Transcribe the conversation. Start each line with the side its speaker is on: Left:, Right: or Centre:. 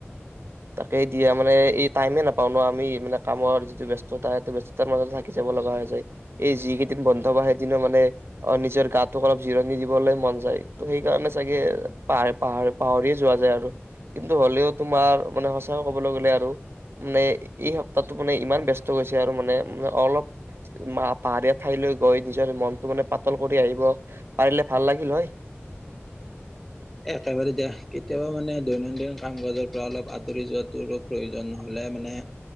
Right: তাকে দিয়া । মানে এই টাইমে নাপাওঁ ন আমি? মানে কামৰ যিটো ব্যস্ততা, সেইটো ব্যস্ততাৰ মাজতে থাকি যাব লগা হৈ যায় । এই যি কেইদিন বন্ধ পাওঁ, সেইদিনো মানে, অ'- নিজৰ গাতোক অলপ জিৰণি দিবলৈ মন যায় । তো সেইকাৰণে চাগে পাৰ- পাৰ- পাহৰিয়ে যোৱা যায় আৰু । কিন্তু হলেও তোমাৰ মানে সঁচাকৈ কবলৈ গ'লে আৰু । মানে এই সপ্তাহটো মানে ইমান ব্যস্ত গৈছে আৰু মানে, অলপ মা- পাহাৰীয়া ঠাইলৈ গৈ নিজৰ মনটো মানে পাতল কৰি আহিব পাৰিলে ভাল লাগিল হয়।
Centre: একেবাৰে দিয়া । কেতিয়াবা মানে দৈনন্দিন কাম-কাজৰ পৰা অলপ আঁতৰি যোৱাটোৰো প্ৰয়োজন। নহ'লে মানে,